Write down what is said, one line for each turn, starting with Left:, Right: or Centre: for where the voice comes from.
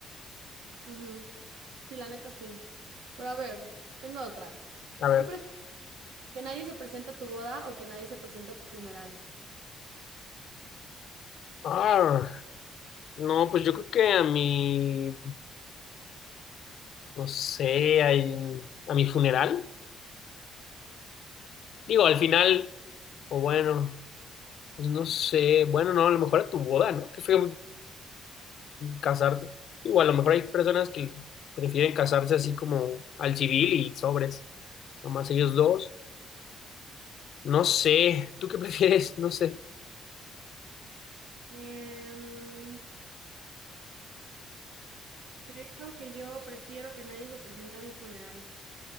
Right: Ujú. Sí, la neta sí. Pero a ver, tengo otra.
Left: a ver.
Right: ¿Qué prefieres? ¿Que nadie se presenta a tu boda o que nadie se presenta a tu funeral?
Left: Ah, no, pues yo creo que a mi, no sé, a, a mi funeral, digo, al final, o bueno, pues no sé, bueno, no, a lo mejor a tu boda, ¿no? Que fue casarte. Igual, a lo mejor hay personas que prefieren casarse así como al civil y sobres, nomás ellos dos. No sé, ¿tú qué <laughs> prefieres? No sé.
Right: Em, creo que yo prefiero que nadie se presente a mi funeral.